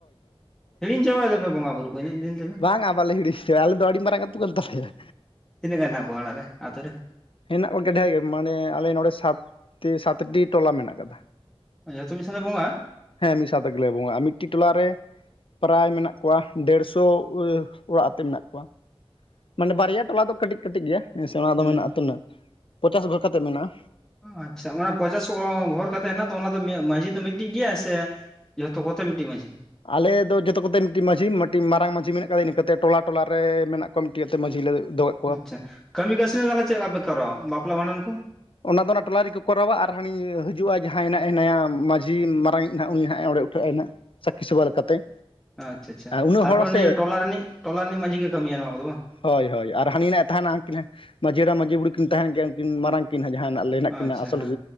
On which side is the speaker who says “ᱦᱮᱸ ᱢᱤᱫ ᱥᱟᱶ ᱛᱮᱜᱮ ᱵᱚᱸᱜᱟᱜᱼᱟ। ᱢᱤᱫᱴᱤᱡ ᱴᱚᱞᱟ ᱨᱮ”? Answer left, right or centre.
Left